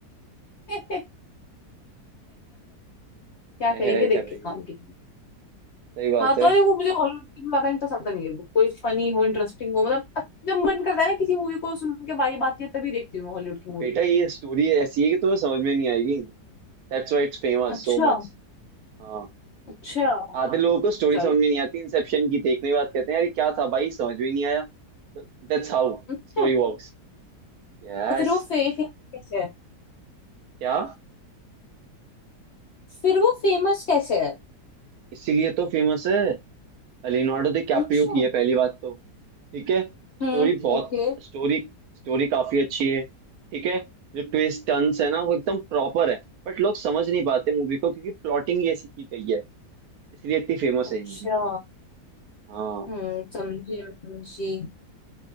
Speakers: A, on the left; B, on the right.
A: <laughs> क्या
B: है,
A: करेंगे
B: है, है
A: देख
B: कर रही
A: के काम
B: है
A: की
B: सही बात
A: हाँ तो
B: है
A: अरे वो मुझे हॉलीवुड की ज्यादा इंटरेस्ट आता नहीं है वो कोई फनी हो इंटरेस्टिंग हो मतलब अ- जब मन करता है ना किसी मूवी को सुन के वाइब आती है तभी देखती हूँ मैं हॉलीवुड की मूवी
B: बेटा ये स्टोरी ऐसी है कि तुम्हें समझ में नहीं आएगी That's why it's famous
A: अच्छा
B: so much हाँ
A: अच्छा
B: आधे लोगों को स्टोरी
A: चलो
B: समझ में नहीं आती इंसेप्शन की देखने के बाद कहते हैं यार ये क्या था भाई समझ में ही नहीं आया That's how
A: अच्छा
B: story works Yes
A: तो फिर वो फे, फेमस कैसे है
B: क्या
A: फिर वो फेमस कैसे है
B: इसीलिए तो फेमस है लियोनार्डो डिकैप्रियो
A: अच्छा
B: की है पहली बात तो ठीक है
A: हम्म
B: स्टोरी बहुत
A: ओके
B: स्टोरी स्टोरी काफी अच्छी है ठीक है जो ट्विस्ट टर्न्स है ना वो एकदम प्रॉपर है बट लोग समझ नहीं पाते मूवी को क्योंकि प्लॉटिंग ही ऐसी की गई है इसलिए इतनी फेमस
A: अच्छा
B: है ये मूवी हाँ
A: हम्म समझी मैं समझी